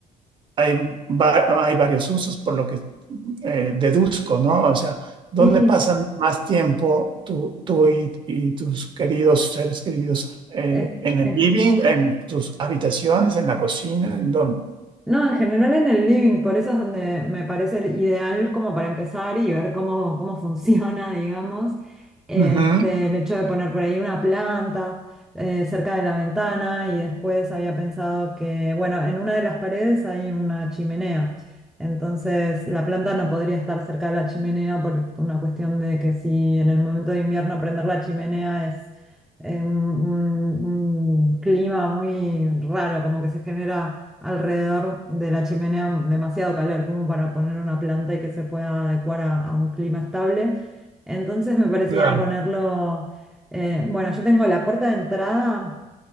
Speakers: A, on the right; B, in the centre.
A: hay, va- hay varios usos, por lo que eh, deduzco, ¿no? O sea, ¿dónde
B: Sí,
A: pasan más tiempo tú, tú y, y tus queridos seres queridos? Eh,
B: es,
A: ¿en
B: en
A: el living, en tus habitaciones, en la cocina, en dónde?
B: No, en general en el living, por eso es donde me parece el ideal como para empezar y ver cómo, cómo funciona, <laughs> digamos, este,
A: Ujú.
B: el hecho de poner por ahí una planta eh, cerca de la ventana y después había pensado que, bueno, en una de las paredes hay una chimenea, entonces la planta no podría estar cerca de la chimenea por, por una cuestión de que si en el momento de invierno prender la chimenea es... eh, un un- un clima muy raro, como que se genera alrededor de la chimenea demasiado calor como para poner una planta y que se pueda adecuar a, a un clima estable. Entonces me parecía
A: Claro.
B: ponerlo, eh, bueno, yo tengo la puerta de entrada,